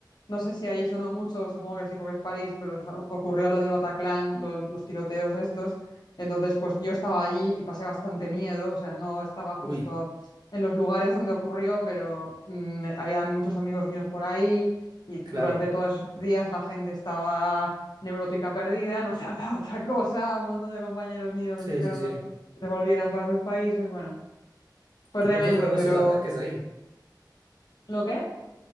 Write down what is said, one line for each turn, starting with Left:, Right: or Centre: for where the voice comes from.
Left: no sé si allí sonó mucho, supongo que sí, porque es París, pero o- ocurrió lo del Bataclan, lo- los tiroteos estos. Entonces, pues yo estaba allí y pasé bastante miedo, o sea, no estaba justo
Right: Uy,
Left: en los lugares donde ocurrió, pero mm, había muchos amigos míos por ahí y durante
Right: claro.
Left: todos esos días la gente estaba neurótica perdida, no se hablaba <laughs> otra cosa, un montón de compañeros míos les
Right: Sí,
Left: dijeron
Right: sí, sí.
Left: los que se volvieran para sus países, bueno, fue
Right: ¿Y
Left: tremendo,
Right: por qué fueron
Left: pero...
Right: esos ataques ahí?
Left: ¿Lo qué?